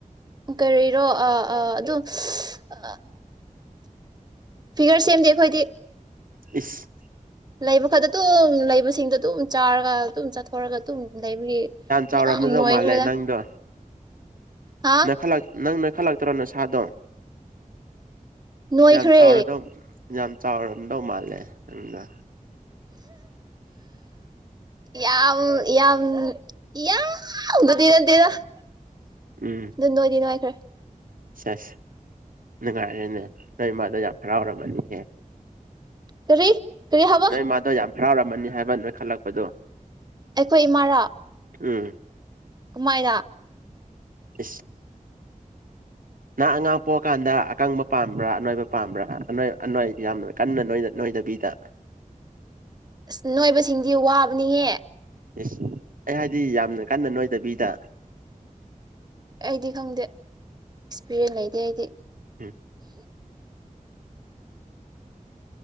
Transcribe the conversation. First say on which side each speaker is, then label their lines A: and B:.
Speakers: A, on the right; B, on the right.
A: ꯀꯔꯤꯔꯣ ꯑ ꯑ ꯑꯗꯨ ꯁ <unintelligible> ꯑ ꯐꯤꯒꯔ ꯁꯦꯝꯗꯦ ꯑꯩꯈꯣꯏꯗꯤ
B: ꯏꯁ
A: ꯂꯩꯕ ꯈꯛꯇ ꯑꯗꯨꯝ ꯂꯩꯕꯁꯤꯡꯗꯣ ꯑꯗꯨꯝ ꯆꯥꯔꯒ ꯑꯗꯨꯝ ꯆꯠꯊꯣꯔꯒ ꯑꯗꯨꯝ ꯂꯩꯕꯒꯤ
B: ꯆꯥꯎꯔꯝꯃꯗꯧ
A: ꯌꯥꯝ ꯅꯣꯏꯈ꯭ꯔꯦꯗ
B: ꯃꯥꯜꯂꯦ ꯅꯪꯗꯣ
A: ꯍꯥ
B: ꯅꯣꯏꯈꯠꯂꯛ ꯅꯪ ꯅꯣꯏꯈꯠꯂꯛꯇ꯭ꯔꯣ ꯅꯁꯥꯗꯣ
A: ꯅꯣꯏꯈ꯭ꯔꯦ
B: ꯌꯥꯝ ꯆꯥꯎꯔꯗꯧ ꯌꯥꯝ ꯆꯥꯎꯔꯝꯗꯧ ꯃꯥꯜꯂꯦ ꯅꯪꯗꯣ
A: ꯌꯥꯝ ꯌꯥꯝ ꯌꯥꯝ ꯅꯗꯤ ꯅꯠꯇꯦꯗ <inaudible>
B: ꯎꯝ
A: ꯗꯨ ꯅꯣꯏꯗꯤ ꯅꯣꯏꯈ꯭ꯔꯦ
B: ꯁꯦꯁ ꯅꯨꯡꯉꯥꯏꯔꯦꯅꯦ ꯅꯣꯏ ꯏꯃꯥꯗꯣ ꯌꯥꯝ ꯍꯔꯥꯎꯔꯝꯃꯅꯤꯍꯦ
A: ꯀꯔꯤ ꯀꯔꯤ ꯍꯥꯏꯕ
B: ꯅꯣꯏ ꯃꯥꯗꯣ ꯌꯥꯝ ꯍꯔꯥꯎꯔꯝꯃꯅꯤ ꯍꯥꯏꯕ ꯅꯣꯏꯈꯠꯂꯛꯄꯗꯣ
A: ꯑꯩꯈꯣꯏ ꯏꯃꯥꯔꯣ
B: ꯎꯝ
A: ꯀꯃꯥꯏꯅ
B: ꯏꯁ ꯅꯪ ꯑꯉꯥꯡ ꯄꯣꯛꯑꯀꯥꯟꯗ ꯑꯀꯪꯕ ꯄꯥꯝꯕ꯭ꯔꯥ ꯑꯅꯣꯏꯕ ꯄꯥꯝꯕ꯭ꯔꯥ ꯑꯅ ꯌꯥꯝꯅ ꯀꯟꯅ ꯅꯣꯏꯗꯕꯤꯗ
A: ꯑꯁ ꯅꯣꯏꯕꯁꯤꯡꯗꯤ ꯋꯥꯕꯅꯤꯍꯦ
B: ꯢꯁ ꯑꯩ ꯍꯥꯏꯗꯤ ꯌꯥꯝꯅ ꯀꯟꯅ ꯅꯣꯏꯗꯕꯤꯗ
A: ꯑꯩꯗꯤ ꯈꯪꯗꯦ ꯑꯦꯛꯁꯄꯤꯔꯤꯌꯦꯟ ꯂꯩꯇꯦ ꯑꯩꯗꯤ
B: ꯎꯝ